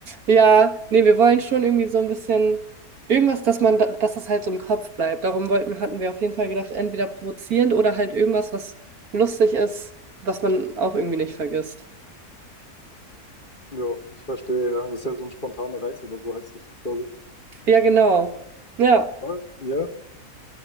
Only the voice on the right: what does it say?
Ja, nee, wir wollen schon irgendwie so ein bisschen irgendwas, dass man, da- dass das halt so im Kopf bleibt. Darum wollten, hatten wir auf jeden Fall gedacht, entweder provozierend oder halt irgendwas, was lustig ist, was man auch irgendwie nicht vergisst.
Ja, genau. Ja,